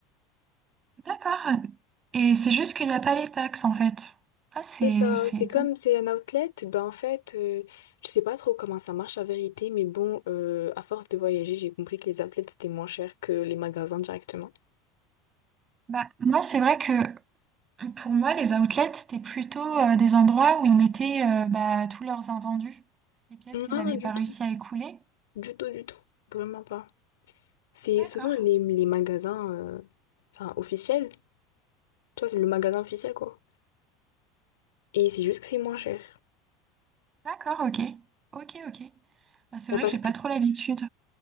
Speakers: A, on the right; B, on the left.
A: D'accord. Et c'est juste qu'il n'y a pas les taxes en fait. Ah, c'est
B: C'est ça,
A: c'est
B: c'est
A: étonnant.
B: comme c'est un outlet, ben en fait, euh, je sais pas trop comment ça marche la vérité, mais bon, euh, à force de voyager, j'ai compris que les outlets c'était moins cher que les magasins directement.
A: Bah, moi, c'est vrai que Pour moi, les outlets, c'était plutôt euh, des endroits où ils mettaient euh, bah, tous leurs invendus, les pièces
B: Non,
A: qu'ils n'avaient
B: non, du
A: pas réussi
B: tout,
A: à écouler.
B: du tout, du tout, vraiment pas. C'est,
A: D'accord,
B: ce sont les, les magasins, euh, enfin, officiels, Tu vois, c'est le magasin officiel, quoi. Et c'est juste que c'est moins cher.
A: d'accord, ok, ok, ok. Bah, c'est vrai
B: Euh, Parce
A: que j'ai
B: que,
A: pas trop l'habitude.